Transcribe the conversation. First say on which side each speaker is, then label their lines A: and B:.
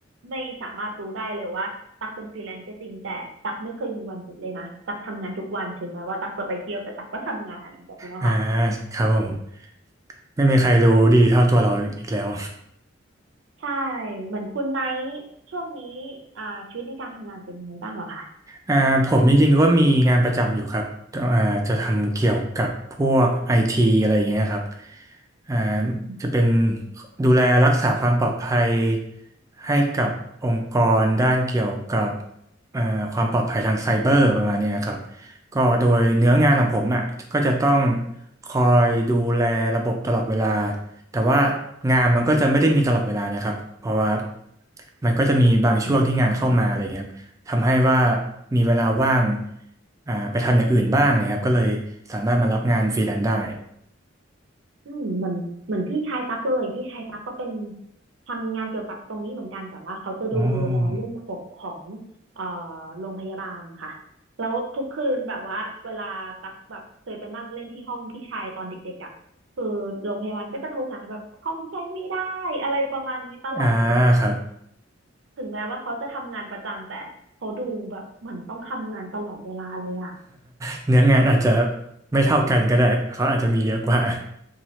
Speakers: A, on the right; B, on the right.
A: ไม่สามารถรู้ได้เลยว่าตักเป็นฟรีแลนซ์ก็จริงแต่ตักไม่เคยมีวันหยุดเลยนะตักทำงานทุกวันถึงแม้ว่าตักจะไปเที่ยวแต่ตักก็ทำงานแบบเนี้ยค่ะ
B: อ่าครับผมไม่มีใครรู้ดีเท่าตัวเราอีกแล้ว
A: ใช่เหมือนคุณไนท์ช่วงนี้อ่าชีวิตในการทำงานเป็นไงบ้างเหรอคะ
B: อ่าผมจริงๆก็มีงานประจำอยู่ครับอ่าจะทำเกี่ยวกับพวกไอทีอะไรอย่างเงี้ยครับอ่า
A: อืม
B: จะเป็นดูแลรักษาความปลอดภัยให้กับองค์กรด้านเกี่ยวกับเอ่อความปลอดภัยทางไซเบอร์ประมาณเนี้ยครับก็โดยเนื้องานของผมอ่ะก็จะต้องคอยดูแลระบบตลอดเวลาแต่ว่างานมันก็จะไม่ได้มีตลอดเวลานะครับเพราะว่ามันก็จะมีบางช่วงที่งานเข้ามาอะไรเงี้ย
A: อืม
B: ทำให้ว่ามีเวลาว่างอ่าไปทำอย่างอื่นบ้างนะครับก็เลยสามารถมารับงานฟรีแลนซ์ได้
A: อืมเหมือนเหมือนพี่ชายตั๊กเลยพี่ชายตั๊กก็เป็นทำงานเกี่ยวกับตรงนี้เหมือนกันแต่ว่าเขาจะดูแลเรื่องระบบของ
B: อ๋อ
A: เอ่อโรงพยาบาลค่ะแล้วทุกคืนแบบว่าเวลาตั๊กแบบเคยไปนั่งเล่นที่ห้องพี่ชายตอนเด็กๆอ่ะคือโรงพยาบาลก็จะโทรหาแบบคล่อมใจไม่ได้อะไรประมาณนี้ตลอดเลยอ่ะ
B: อ่าครับ
A: ถึงแม้ว่าเขาจะทำงานประจำแต่เขาดูแบบเหมือนต้องทำงานตลอดเวลาเลยอ่ะ
B: <laughs> เนื้องานอาจจะไม่เท่ากันก็ได้เขาอาจจะมีเยอะกว่า